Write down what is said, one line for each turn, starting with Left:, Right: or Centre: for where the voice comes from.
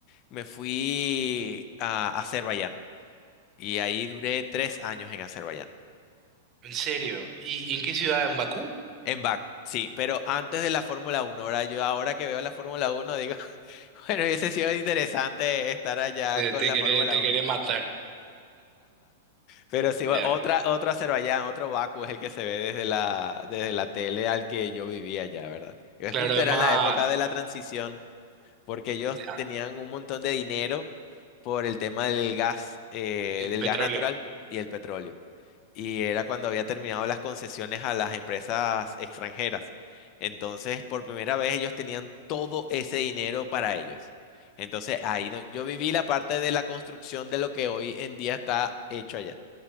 Left: me fui a a Azerbaiyán. Y ahí duré tres años en Azerbaiyán.
Right: En serio. ¿Y, y en qué ciudad? ¿En Bakú?
Left: En BAC, sí, pero antes de la Fórmula Uno, Ahora yo, ahora que veo la Fórmula Uno, digo, <laughs> bueno, hubiese sido interesante estar allá
Right: Te,
Left: con
Right: te
Left: la
Right: queré,
Left: Fórmula
Right: te
Left: Uno.
Right: queré matar.
Left: Pero sí,
Right: Ya.
Left: bueno, otra, otro Azerbaiyán, otro Bakú es el que se ve desde la, desde la tele al que yo vivía allá, ¿verdad? Y
Right: Claro,
Left: justo
Right: además
Left: era en la época de la transición, porque ellos
Right: ya,
Left: tenían un montón de dinero por el tema del gas, eh,
Right: el
Left: del
Right: petróleo.
Left: gas natural y el petróleo. y era cuando había terminado las concesiones a las empresas extranjeras. Entonces, por primera vez ellos tenían todo ese dinero para ellos. Entonces, ahí no- yo viví la parte de la construcción de lo que hoy en día está hecho allá.